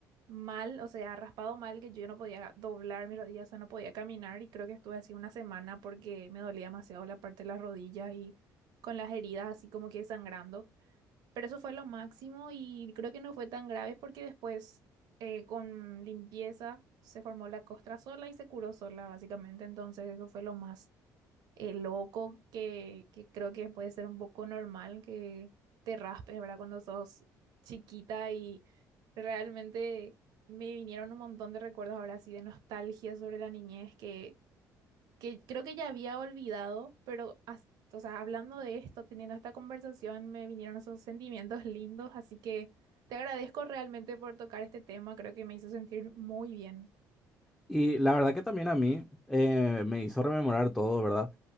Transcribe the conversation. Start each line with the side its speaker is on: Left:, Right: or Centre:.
Right: mal, o sea, raspado mal que yo no podía doblar mi rodilla, o sea, no podía caminar y creo que estuve así una semana porque me dolía demasiado la parte de las rodillas y con las heridas así como que sangrando. Pero eso fue lo máximo y creo que no fue tan grave porque después eh, con limpieza se formó la costra sola y se curó sola, básicamente. Entonces eso fue lo más eh, loco, que, que creo que puede ser un poco normal que te raspes, ¿verdad? Cuando sos chiquita y realmente me vinieron un montón de recuerdos ahora así de nostalgia sobre la niñez que, que creo que ya había olvidado, pero as- o sea, hablando de esto, teniendo esta conversación, me vinieron esos sentimientos lindos, así que te agradezco realmente por tocar este tema, creo que me hizo sentir muy bien.
Centre: Y la verdad que también a mí eh, me hizo rememorar todo, ¿verdad?